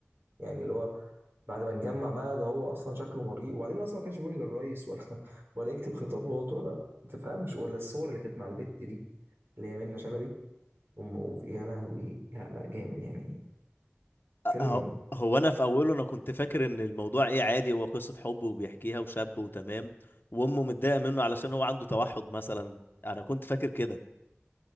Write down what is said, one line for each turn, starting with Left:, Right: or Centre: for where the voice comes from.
Right: يعني اللي هو بعد ما اتجمع بقى ده هو اصلا شكله مريء وبعدين اصلا ما كانش بيروح للرئيس ولا <laughs> ولا يكتب خطابات ولا ما تفهمش ولا الصور اللي كانت مع البت دي اللي هي منة شلبي أم- وفي يا لهوي لا لا جامد يعني
Left: أه-
Right: فيلم
Left: هو انا في اوله انا كنت فاكر ان الموضوع ايه عادي هو قصه حب وبيحكيها وشاب وتمام وامه متضايقه منه علشان هو عنده توحد مثلا انا كنت فاكر كده